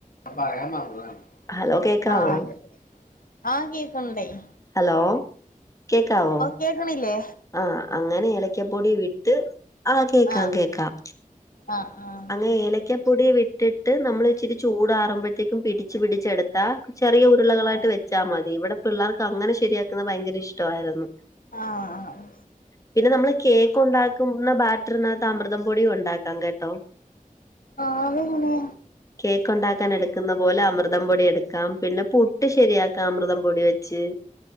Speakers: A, on the left; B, on the left.
A: പറയാൻ മറന്നതാണ്
B: ഹലോ കേക്കാവോ
A: ആഹ് ആ കേക്ക്ണ്ടേയ്
B: ഹലോ കേക്കാവോ?
A: കേക്ക്ണില്ലേ?
B: ആ അങ്ങനെ ഏലക്യാപ്പൊടി വിട്ട് ആ കേക്കാം
A: ആഹ്
B: കേക്കാം
A: ആഹ് ആഹ്.
B: അങ്ങനെ ഏലക്കപ്പൊടി വിട്ടിട്ട് നമ്മള് ഇച്ചിരി ചൂടാറുമ്പോഴത്തേക്കും പിടിച്ച് പിടിച്ചെടുത്താ ചെറിയ ഉരുളകളായിട്ട്
A: ആഹ്
B: വെച്ചാ മതി ഇവിടെ പിള്ളേർക്ക് അങ്ങനെ ശരിയാക്ക്ന്നെ ഭയങ്കര ഇഷ്‌ട വായിരുന്നു.
A: ആഹ് ആഹ്.
B: പിന്നെ നമ്മള് കേക്ക് ഉണ്ടാക്കുന്ന ബാറ്ററിനത്ത് അമൃതം പൊടിയും ഉണ്ടാക്കാം കേട്ടോ.
A: ആഹ് അങ്ങനെ?
B: കേക്കുണ്ടാക്കാൻ എട്ക്ക്ന്ന പോലെ അമൃതം പൊടി എട്ക്കാം പിന്നെ പു <unintelligible> ശരിയാക്കാം അമൃതം പൊടി വെച്ച്.